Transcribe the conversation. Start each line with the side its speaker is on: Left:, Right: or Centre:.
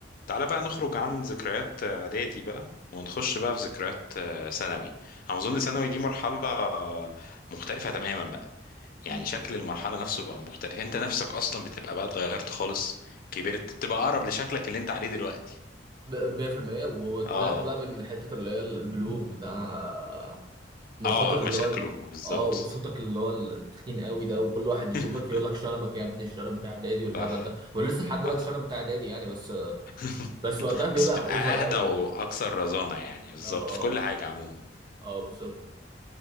Left: تعالى بقى نخرج عن ذكريات اعدادي بقى ونخش بقى في ذكريات آه، ثانوي انا اظن ثانوي دي مرحله آه، مختلفه تماما بقى يعني
Right: مم.
Left: شكل المرحله نفسه بقى مختلف انت نفسك اصلا بتبقى بقى اتغيرت خالص كبرت بتبقى اقرب لشكلك اللي انت عليه دلوقتي
Right: ب- 100% وطلعت
Left: اه
Right: بقى من حتة اللي هي البلوغ بتاع من
Left: اه
Right: فترة
Left: آه، مشاكله
Right: اللي هو ال-
Left: بالظبط
Right: اه وصوتك اللي هو التخين قوي ده وكل واحد يشوفك
Left: <laughs>
Right: يقول لك شنبك يا ابني الشنب بتاع اعدادي والهبل
Left: صح
Right: ده ولسه لحد دلوقتي
Left: صح
Right: الشنب بتاع اعدادي يعني بس
Left: <laughs>
Right: بس وقتها بيبقى
Left: بس بتبقى
Right: اوفر قوي
Left: اهدى واكثر
Right: يعني
Left: رزانه يعني بالظبط
Right: اه اه
Left: في كل حاجه عموما
Right: اه بالظبط